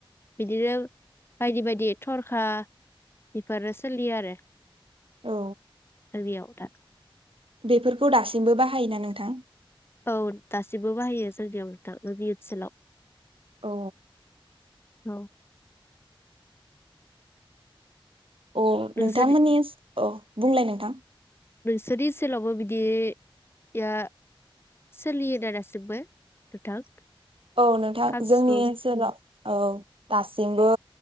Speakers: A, on the left; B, on the right.
A: बिदिनो बायदि बायदि थरखा बेफोरो सोलियो आरो।
B: औ
A: <unintelligible>
B: बेफोरखौ दासिमबो बाहायोना नोंथां?
A: औ। दासिबबो बाहायो जोंनियाव। दाबो बे ओसोलाव
B: औ।
A: औ।
B: अ
A: नोंसोर
B: नोंथांमोननि ओ औ बुंलाय नोंथां।
A: बो जुदि सोलावबो बिदि यासोलियो दा दासिमबो नोंथां?
B: औ नोंथां
A: खाम
B: जोंनि
A: सिफुं
B: ओनसोलाव औ दासिमबो